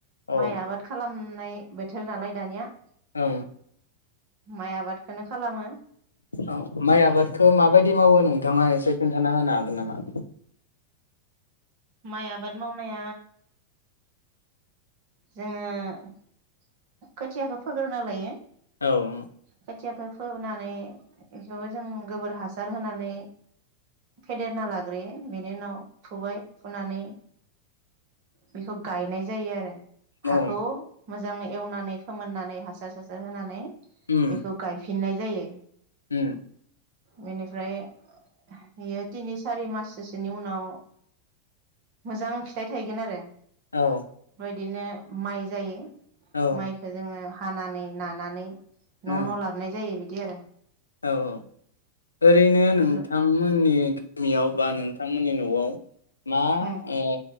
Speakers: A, on the left (about 80°); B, on the right (about 45°).
A: औ
B: माइ आबाद खालाम नाय बोथोर नालाय दानिया
A: औ
B: माइ आबादखौनो खालामो।
A: औ माइ आबादखो माबायदि मावो नोंथाङा एसे खोन्थाना होनो हागोन नामा?
B: माइ आबाद मावनाया जोङो। खोथियाखौ फोग्रोना लायो।
A: औ
B: खोथियाखौ फोनानै बेखौबो जों गोबोर हासार होनानै फेदेरना लाग्रोयो बेनि उनाव फुबाय फुनानै बेखौ गायनाय जायो आरो
A: औ
B: हाखौ मोजाङै एवनानै फोमोननानै हासार सासार होनानै
A: उम
B: बेखौ गायफिन फिननाय जायो।
A: उम
B: बेनिफ्राय बियो तिनि सारि माससोसोनि उनाव मोजां फिथाइ थायगोन आरो।
A: औ
B: बिदिनो माइ जायो।
A: औ
B: माइखो जोङो हानानै नानानै न
A: उम
B: न लाबोनाय जायो बिदि दि आरो
A: औ औ ओरैनो
B: बेफोर
A: नोंथांमोननि गामियाव बा नोंथांमोननि नआव मा
B: उम
A: ओ